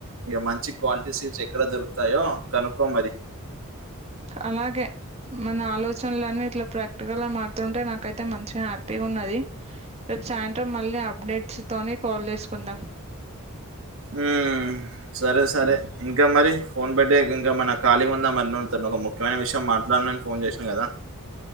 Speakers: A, on the right; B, on the right.
A: ఇక మంచి క్వాలిటీ సీట్స్ ఎక్కడ దొరుకుతాయో కనుక్కో మరి
B: అలాగే మన ఆలోచనలన్న ఇట్లా ప్రాక్టికల్గా మారుతుంటే నాకైతే మంచిగా హ్యాపీగా ఉన్నది. సాయంత్రం మళ్ళీ అప్డేట్స్ తోని కాల్ చేసుకుందాం.
A: ఉ సరే సరే ఇంకా మరి ఫోన్ బట్టటి ఇంకా మనకు ఖాళగా ఉందా మరి న తను ఒక ముఖ్యమైన విషయం మాట్లాడని ఫోన్ చేసాను కదా